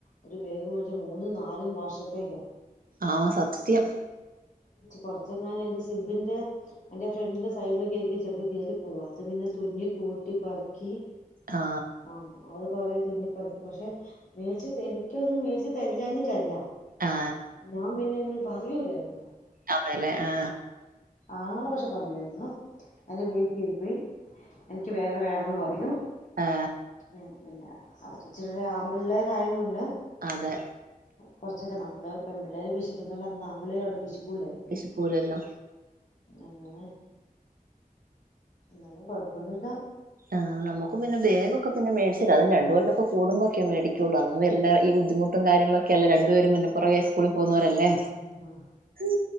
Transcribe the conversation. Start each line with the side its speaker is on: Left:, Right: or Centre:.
Left: ഒരു ബാഗ് മേടിച്ച മൂന്നും നാലും വർഷത്തേക്കാ
Right: ആ സത്യം
Left: കൊറച്ചെങ്ങാനുംഅയിന്റെ സിബിന്റെ അയിന്റെ ഫ്രണ്ടിന്റെ സൈഡിലൊക്കെയിരിക്കും ചിലപ്പോൾ കീറി പോവുക അത് പിന്നെ തുന്നി കൂട്ടി പറക്കി
Right: ആ
Left: ആ അത് കൊറെ തുന്നിപ്പറിക്ക പക്ഷെ മേടിച്ച് എനിക്കൊന്നും മേടിച്ച് തരില്ലാഞ്ഞിട്ടല്ല
Right: ആ
Left: ഞാ പിന്നെങ്ങനെമ് പറയൂലായിരുന്നോ
Right: അതെല്ലേ ആ
Left: ആങ്ങള പക്ഷെ പറയുവായിരുന്നു അതിന് വീട്ടിലിരിപ്പി എനിക്ക് വേറെ വേണന്ന് പറയും.
Right: ആ
Left: ഉം പിന്നെ അവർ ഇച്ചിരി ഒരു ആമ്പിള്ളേരായത് കൊണ്ട്
Right: ആതെ
Left: കുറച്ചൊക്കെ നമ്മള് പെമ്പിള്ളേര് പിശുക്കുന്നലൊ ആമ്പിള്ളേര് അവിടെ പിശു പുവൂലായി
Right: വിശക്കൂലല്ലോ
Left: അങ്ങനെ എന്നാലും കൊഴപ്പൊന്നൂമില്ല
Right: ആ നമുക്ക് പിന്നെ ബേഗ് ഒക്കെ പിന്നെ മേടിച്ച് തിന് അത് രണ്ടു കൊല്ലൊക്കെ കൂടുമ്പോഴക്കെമേടിക്കുള്ളു അന്ന് എല്ലാ ഈ ബുദ്ധിമുട്ടും കാര്യങ്ങളൊക്കെയല്ലേ രണ്ടുപേരും മുന്നപ്പുറകേ സ്കൂളിൽ പോവുന്നോരല്ലേ
Left: ആഹ് ആഹ്
Right: മ്